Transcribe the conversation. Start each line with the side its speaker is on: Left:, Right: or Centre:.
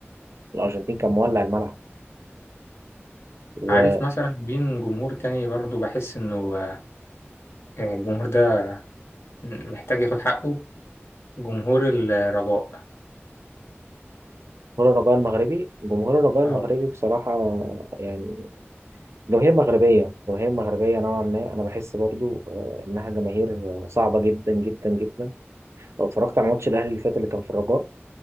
Right: الأرجنتين كان مولع الملعب وجمهور
Left: عارف مثلا مين جمهور تاني برضه بحس إنه آه، الجمهور ده محتاج ياخد حقه جمهور الرجاء
Right: الرجاء المغربي جمهور الرجاء المغربي
Left: اه
Right: بصراحة يعني جماهير مغربية جماهير مغربية نوعا ما أنا بحس برضو آه، إنها جماهير صعبة جدا جدا جدا لو اتفرجت على ماتش الأهلي اللي فات اللي كان في الرجاء